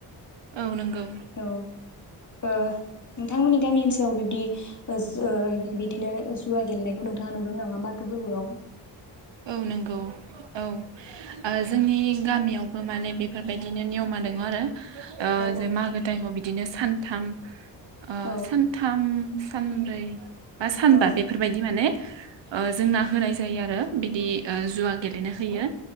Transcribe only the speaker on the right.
औ नोंगौ
औ नोंगौ औ आ जोंनि गामियावबो माने बेफोरबायदिनो नियमा दङ आरो ओ
जे मागो टाइमाव बिदिनो सानथाम ओ
सा थाम सानब्रै बा सानबा
बेफोरबायदि माने जोंना होनाय जायो आरो बिदि जुवा गेलेनो होयो